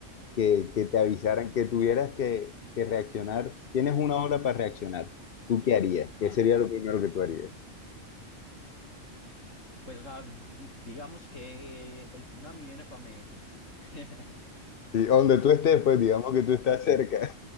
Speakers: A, on the left; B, on the left.
A: que, que te avisaran, que tuvieras que, que reaccionar, tienes una hora para reaccionar, ¿tú qué harías?
B: Ajá.
A: ¿Qué sería lo primero que tú harías?
B: Pues, o sea, di- digamos que el tsunami viene para Medellín. <laughs>
A: Sí, donde tú estés, pues digamos que tú estás cerca.